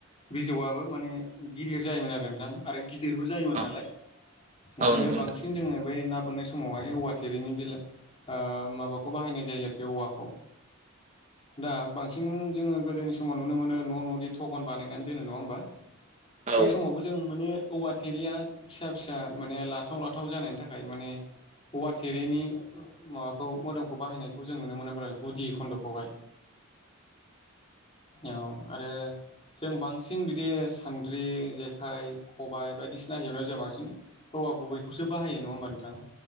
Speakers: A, on the left; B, on the right.
A: बिजौआबो माने गिलिर जायोमोन आरो नोंथां आरो गिदिरबो जायोमोन
B: औ
A: नालाय ओंखायनो
B: औ औ नंगौ
A: बांसिन
B: नोंथां
A: जोङो बे ना बोननाय समावहाय औवा थोरैनि बिलाइ माबाखौ बाहायनाय जायो आरोखि औवाखौ दा बांसिन जोङो गोदोनि समाव नुनो मोनो न' न'नि थटखन बानायनानै दोनो नङा होमबा
B: औ
A: बै समावबो जों माने औवा थेरिया फिसा फिसा माने लाथाव लाथाव जानायनि थाखाय माने औवा थेरेनि माबाखौ मोदोमखौ बाहायनायखौ जों नुनो मोनो गुदि खन्द'खौहाय औ आरो जों बांसिन बिदि सान्द्रि जेखाइ खबाय बायदिसिना हेबनायाव जों बांसिन हौवा गुबैखौसो बाहायो नङा होमबा नोंथां।